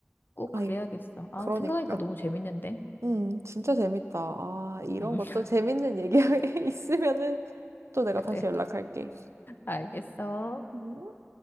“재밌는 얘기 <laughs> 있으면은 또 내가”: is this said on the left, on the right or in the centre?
Right